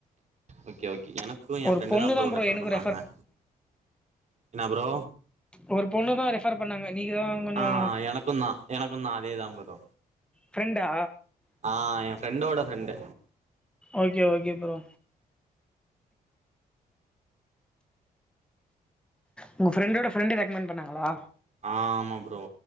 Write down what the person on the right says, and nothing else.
ஓகே ஓகே எனக்கு எ
ஃப்ரெண்டுதா
ப்ரோ
ரெஃபர்
பண்ணாங்க என்னா ப்ரோ
ஆ எனக்கு தா எனக்கு தா அதே தா ப்ரோ
ஆ எ ஃபிரெண்டோட ஃப்ரெண்ட்
ஆ ஆமா bro